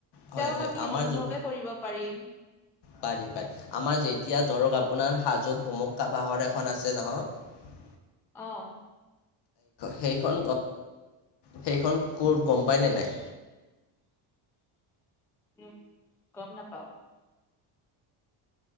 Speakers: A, on the left (about 55°); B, in the centre.
A: হয়
B: তেওঁক
A: হয়
B: আমি
A: আমাৰ
B: অনুভৱে
A: যোন
B: কৰিব পাৰিম
A: পাৰি পাৰি আমাৰ যেতিয়া ধৰক আপোনাৰ হাজোত পমক্কা পাহৰ এখন আছে নহয়
B: অহ
A: সেইখন সেইখন ক'ত গম পায়নে নাই
B: উম গম নাপাও